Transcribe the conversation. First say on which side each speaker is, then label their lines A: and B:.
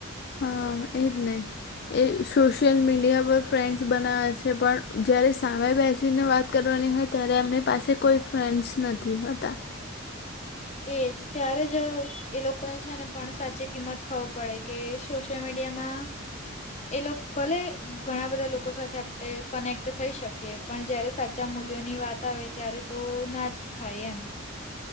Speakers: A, on the left (about 50°); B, on the left (about 30°).
A: હા એ જ ને. એ સોશિયલ મીડિયા પર ફ્રેન્ડસ બનાવવે છે પણ જ્યારે સામે બેસીને વાત કરવાની હોય ત્યારે એમની પાસે કોઈ ફ્રેન્ડસ નથી હોતા.
B: એજ ત્યારે જ એ લોકોને છે ને પણ સાચી કિંમત ખબર પડે કે સોશિયલ મીડિયામાં એ લોકો ભલે ઘણા બધા લોકો સાથે આપણે કનેક્ટ થઈ શકીએ પણ જયારે સાચા મૂલ્યોની વાત આવે ત્યારે. તો ના જ થાય એમ.